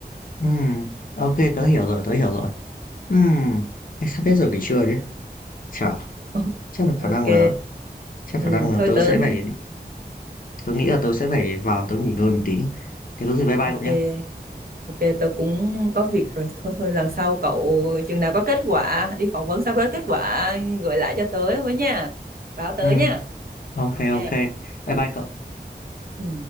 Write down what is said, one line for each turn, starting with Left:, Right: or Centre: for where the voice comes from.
Left: ừm, ok, tớ hiểu rồi, tớ hiểu rồi. Ừm, anh sắp hết giờ nghỉ trưa đấy. Chả,
Right: <laughs>
Left: chắc là
Right: ok
Left: khả năng là, chắc
Right: ừ,
Left: khả năng là
Right: thôi
Left: tớ
Right: tớ
Left: sẽ phải, tớ nghĩ là tớ sẽ phải vào tớ nghỉ ngơi một tí. Thế có gì bye bye
Right: ok
Left: cậu nhé.
Right: ok tớ cũng có việc rồi thôi thôi lần sau cậu chừng nào có kết quả đi phỏng vấn xong có kết quả gửi lại cho tớ với nha báo tớ
Left: Ừm,
Right: nha
Left: ok,
Right: ok
Left: ok, bye bye cậu.
Right: ừ.